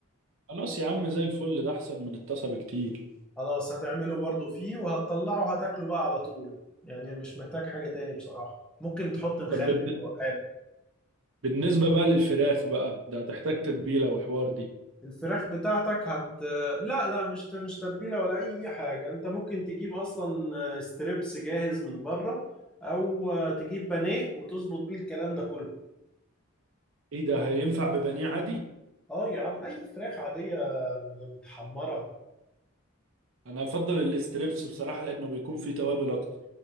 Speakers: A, on the right; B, in the centre.
A: خلاص يا عم زي الفل ده احسن من الطاسه بكتير
B: خلاص هتعمله برضو فيه وهتطلعه هتاكله بقى على طول يعني مش محتاج حاجة تاني بصراحة ممكن تحط مخلل
A: طب بالن-
B: لو حابب
A: بالنسبه بقى للفراخ بقى ده هتحتاج تتبيله وحوار دي
B: الفراخ بتاعتك هت لا لا مش ت- مش تتبيلة ولا اي حاجة انت ممكن تجيب اصلا آه، ستريبس جاهز من بره او آه، تجيب بانيه وتظبط بيه الكلام ده كله
A: ايه ده هينفع ببانيه عادي
B: اه يا عم اي فراخ عادية م- متحمرة
A: انا افضل الاستريبس بصراحه لانه بيكون فيه توابل اكتر